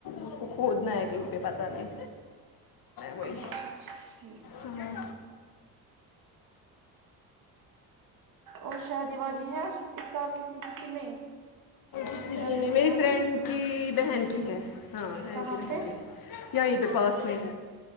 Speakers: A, on the left; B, on the right.
A: اس کو کھودنا ہے کہیں پہ پتا نہیں کوئی
B: اچھا ٹھیک
A: ہمم
B: ہے اور شادی وادی ہے اس سال کسی کی کہ نہیں
A: اسی
B: شادیوں
A: کی
B: پہ
A: میری
B: جانا
A: فرینڈ
B: ہے
A: کی بہن کی ہے ہاں بہن
B: کہاں
A: کی بہن
B: پہ
A: کی ہے یہیں پہ پاس نہیں